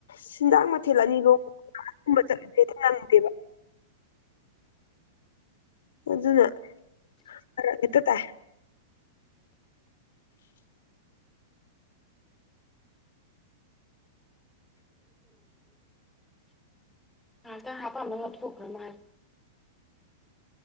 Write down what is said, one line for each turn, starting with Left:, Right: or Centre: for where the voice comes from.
Left: ꯁꯤꯟꯖꯥꯡ ꯃꯊꯦꯜ ꯑꯅꯤꯒꯧꯒꯨꯝꯕ ꯆꯠꯂꯁꯦ ꯑꯗꯨꯝ ꯅꯪꯗꯦꯕ ꯑꯗꯨꯅꯔꯛꯇ ꯇ
Centre: ꯑ ꯇ ꯍꯥ ꯄꯥꯃ ꯊꯈꯔ ꯃꯥꯔ